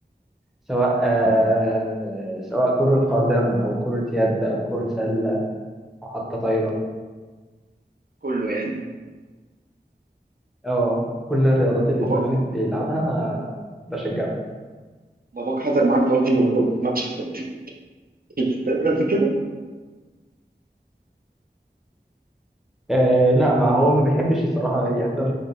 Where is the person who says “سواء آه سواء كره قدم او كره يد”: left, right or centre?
Centre